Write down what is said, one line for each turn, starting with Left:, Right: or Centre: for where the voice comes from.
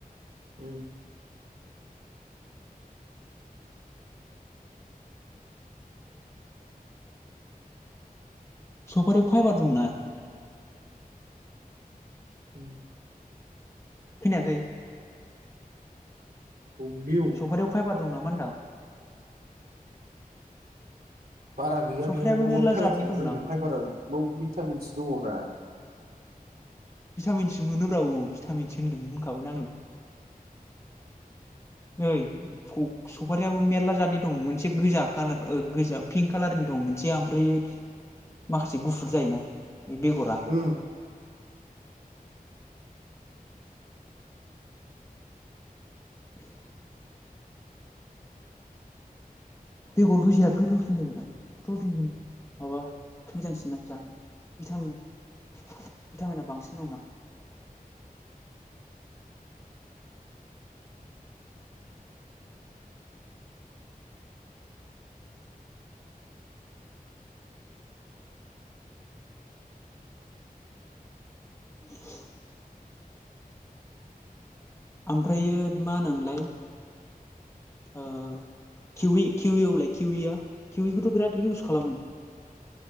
Right: उम
Left: सफारियाव फाइबार दंना?
Right: उम
Left: खोनायाखै?
Right: औ लै औ
Left: सफारियाव फाइबार दं नामा होनदां
Right: बारा गैया
Left: सफ्रायाबो
Right: बेयावबो
Left: मेरला
Right: फाइबार
Left: जातनि
Right: थानांगौ
Left: दंना
Right: फाइबारा भिटामिनसो दङरा।
Left: भिटामिन सो मोनोब ब्रा औ भिटामिनस होनदों होनखाबायना आङो। ओइ सफारियाबो मेरला जादनि दं मोनसे गोजा कालार गोजा पिंक कालारनि दं मोनसे ओमफ्राय माखासे गुफुर जायोना बेगरा
Right: ओम
Left: <inaudible> बेगर गोजाया गोथावसिन जायोदां प्रटिन माबा मोजांसिन दां जानो। भिटामिन भिटामिना बांसिन दंना? <inaudible> ओमफ्रायो मा होनोमोनलाय? ओ किउरि किउरिखौलाय किउरिखौलाय किउइ खौथ' बिराद इउस खालामो।